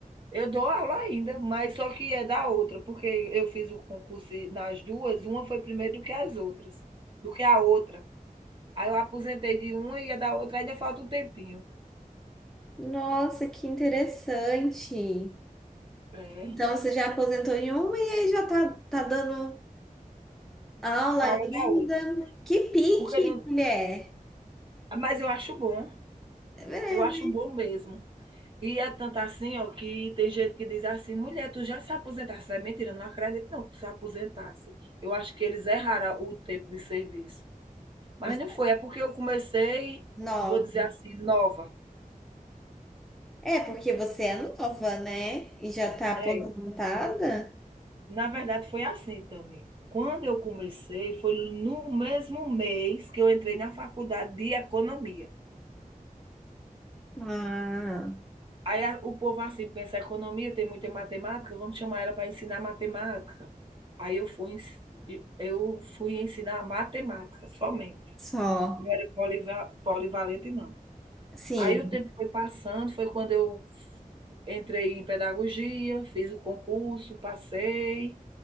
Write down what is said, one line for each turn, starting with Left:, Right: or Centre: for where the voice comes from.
Right: Eu dou aula ainda, mas só que é da outra, porque eu fiz o concurso e- nas duas, uma foi primeiro do que as outras, do que a outra. Aí eu aposentei de uma e a da outra ainda falta um tempinho.
Centre: Nossa, que interessante.
Right: É,
Centre: Então você já aposentou em uma e aí já tá, tá dando. Aula
Right: a aula
Centre: ainda.
Right: da outra.
Centre: Que pique,
Right: Porque não,
Centre: mulher.
Right: mas eu acho bom,
Centre: É, verdade,
Right: eu acho bom mesmo. E é tanto assim, ó, que tem gente que diz assim: mulher, tu já se aposentasse. É mentira, eu não acredito não que tu se aposentasse. Eu acho que eles erraram o tempo de serviço. Mas
Centre: você
Right: não foi, é porque eu comecei,
Centre: é nova.
Right: vou dizer assim, nova.
Centre: É porque você é nova, né? E já tá aposentada?
Right: É, na verdade foi assim, também. Quando eu comecei, foi no mesmo mês que eu entrei na faculdade de economia.
Centre: Ah,
Right: Aí a- o povo assim pensa, economia tem muita matemática, vamos chamar ela para ensinar matemática. Aí eu fui, ens- eu fui ensinar matemática somente.
Centre: só.
Right: Não era poliva- polivalente, não.
Centre: Sim,
Right: Aí o tempo foi passando, foi quando eu entrei em pedagogia, fiz o concurso, passei.